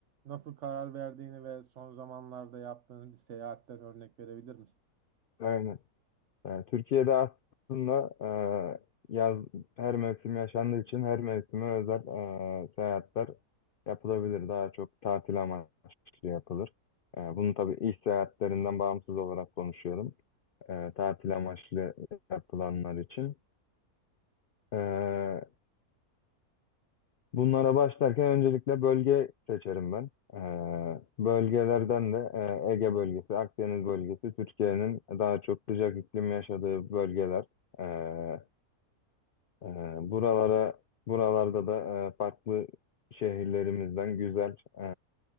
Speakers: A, on the right; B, on the left.
A: nasıl karar verdiğini ve son zamanlarda yaptığın bir seyahatten örnek verebilir misin?
B: Aynen. E, Türkiye'de aslında e, yaz her mevsim yaşandığı için her mevsime özel e, seyahatler yapılabilir. Daha çok tatil amaçlı yapılır. E, bunu tabii iş seyahatlerinden bağımsız olarak konuşuyorum. E, tatil amaçlı yapılanlar için. E, Bunlara başlarken öncelikle bölge seçerim ben. Ee, bölgelerden de e, Ege bölgesi, Akdeniz bölgesi, Türkiye'nin daha çok sıcak iklim yaşadığı bölgeler. Ee, e, buralara, buralarda da e, farklı şehirlerimizden güzel e,